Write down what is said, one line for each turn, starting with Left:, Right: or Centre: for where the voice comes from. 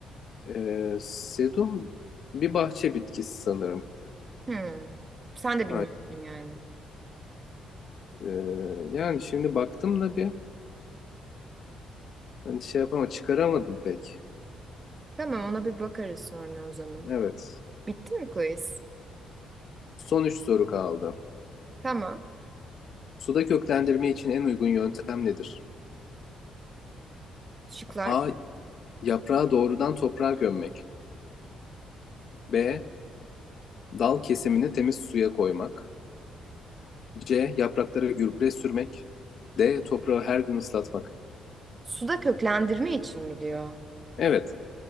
Left: Ee, sedum bir bahçe bitkisi sanırım.
Right: Hmm. Sen de
Left: Aynen.
Right: bilmiyorsun yani.
Left: Ee, yani şimdi baktım da bir hani şey yapama çıkaramadım pek.
Right: Tamam ona bir bakarız sonra o zaman.
Left: Evet.
Right: Bitti mi quiz?
Left: Son üç soru kaldı.
Right: Tamam.
Left: Suda köklendirme için en uygun yöntem nedir?
Right: Şıklar.
Left: A. Yaprağı doğrudan toprağa gömmek. B. Dal kesimini temiz suya koymak. C. Yapraklara gübre sürmek. D. Toprağı her gün ıslatmak.
Right: Suda köklendirme için mi diyor?
Left: Evet.